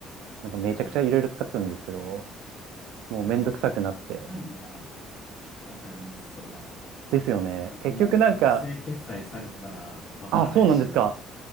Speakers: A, on the right; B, on the left.
A: なんかめちゃくちゃいろいろ使ってたんですけど、
B: はい。
A: もうめんどくさくなって。
B: はい。管理がわかります、それは。
A: ですよね。
B: 僕も多分不正決済されてたらわからないし、
A: 結局なんか、あ、そうなんですか。